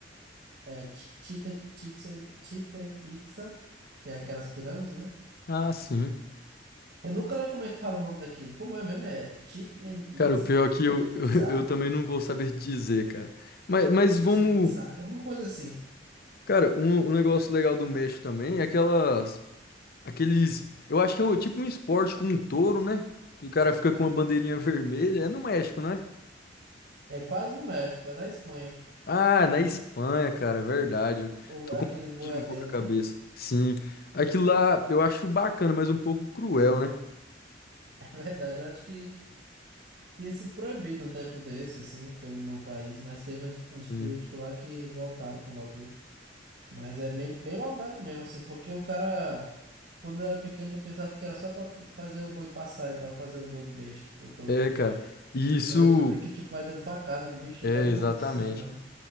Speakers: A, on the right; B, on the left.
A: é, Chi- Chichen, Chichen, Chichen Itza, que é aquelas pirâmides, né?
B: Ah, sim.
A: Eu nunca lembro como é que fala o nome daquilo. Como é mesmo? É Chichen Itza?
B: Cara, o pior é que
A: Chichen
B: eu, <laughs> eu,
A: Itza?
B: eu também não vou saber dizer, cara. Mas, mas
A: Chichen
B: vamos.
A: Itza? É alguma coisa assim.
B: Cara, um, um negócio legal do México também é aquelas. Aqueles. Eu acho que é um- tipo um esporte com um touro, né? Que o cara fica com uma bandeirinha <laughs> vermelha. É no México, né?
A: É quase no México, é na Espanha.
B: Ah, é na Espanha, cara, é verdade. Eu
A: Ou
B: tô
A: aqueles
B: confundindo
A: boiadeiros,
B: um pouco a cabeça.
A: né? <laughs>
B: Sim. Aquilo lá eu acho bacana, mas um pouco cruel, né?
A: É verdade, eu acho que tinha sido proibido um tempo desse, assim, pelo, no país, mas teve uns, uns
B: Sim.
A: políticos lá que voltaram com o bagulho. Mas é bem, bem maldade mesmo, assim, porque o cara, quando eu era pequeno, eu pensava que era só pra f- fazer o boi passar e tal, fazer o boi de besta, o touro
B: É,
A: de besta.
B: cara. E isso
A: Mas eu descobri que, tipo, vai dando facada no bicho
B: é
A: até ele morrer
B: exatamente.
A: se sangrando